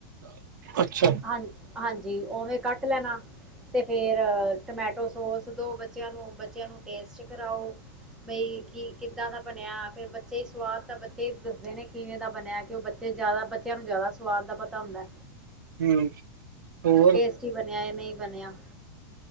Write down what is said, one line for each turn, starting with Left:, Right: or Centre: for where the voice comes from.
Right: ਅੱਛਾ
Centre: ਹਾਂ ਹਾਂਜੀ ਉਵੇਂ ਕੱਟ ਲੈਣਾ ਅਤੇ ਫੇਰ ਟਮੈਟੋ ਸੋਸ ਦੋ ਬੱਚਿਆਂ ਨੂੰ ਬੱਚਿਆਂ ਨੂੰ ਟੈਸਟ ਕਰਾਓ ਬਈ ਕੀ ਕਿੱਦਾਂ ਦਾ ਬਣਿਆ ਫੇਰ ਬੱਚੇ ਸਵਾਦ ਤਾਂ ਬੱਚੇ ਦੱਸਦੇ ਨੇ ਕਿਵੇਂ ਦਾ ਬਣਿਆ ਕਿ ਉ ਬੱਚੇ ਜਿਆਦਾ ਬੱਚਿਆਂ ਨੂੰ ਜ਼ਿਆਦਾ ਸਵਾਦ ਦਾ ਪਤਾ ਹੁੰਦਾ
Right: ਹੂੰ ਹੋਰ
Centre: ਟੇਸਟੀ ਬਣਿਆ ਯਾ ਨੀ ਬਣਿਆ